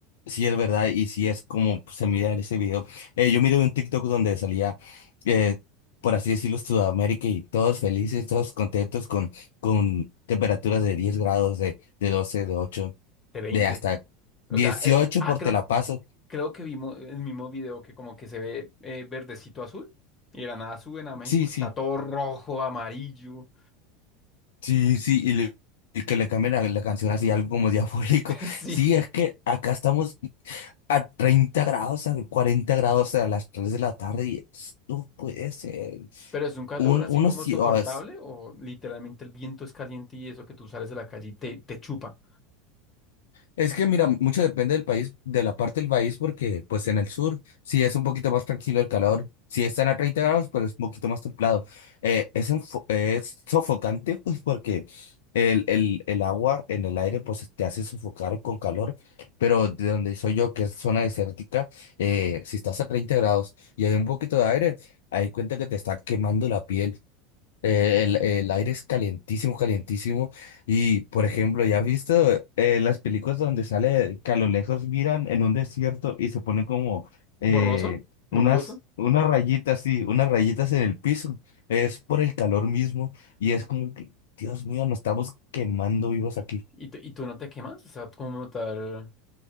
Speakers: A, on the left; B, on the left.
A: Sí es verdad y sí es como pues, se mira en ese video. Eh, yo miré un TikTok donde salía, eh, por así decirlo, Sudamérica y todos felices, todos contentos con, con temperaturas de 10 grados, de, de 12, de 8,
B: De 20.
A: de hasta
B: O
A: 18
B: sea, eh, ah,
A: por
B: creo,
A: Te la paso.
B: creo que vimos el mismo video que como que se ve eh, verdecito azul y de la nada suben a México
A: Sí, sí,
B: y está todo rojo, amarillo.
A: sí, sí, y, le- y que le cambien la, la canción así, algo como diabólico.
B: <laughs> Sí,
A: Sí, es que acá estamos. a 30 grados, a 40 grados a las 3 de la tarde y es- no puede ser.
B: pero es un calor
A: Un,
B: así
A: unos,
B: como
A: sí,
B: soportable
A: o es-
B: o literalmente el viento es caliente y eso que tú sales de la calle y te, te chupa.
A: Es que mira, mucho depende del país, de la parte del país, porque pues en el sur sí es un poquito más tranquilo el calor, si están a 30 grados, pues es un poquito más templado. Eh, es, un fo- es sofocante, pues porque el, el, el agua en el aire pues te hace sofocar con calor, pero de donde soy yo, que es zona desértica, eh, si estás a 30 grados y hay un poquito de aire, ahí cuenta que te está quemando la piel eh, el, el aire es calientísimo, calientísimo. Y, por ejemplo, ¿ya has visto eh, las películas donde sale que a lo lejos miran en un desierto y se ponen como eh,
B: Borroso, nubloso
A: unas, unas rayitas, sí, unas rayitas en el piso? Es por el calor mismo y es como que, Dios mío, nos estamos quemando vivos aquí.
B: y, tú- y tú no te quemas, o sea, como tal.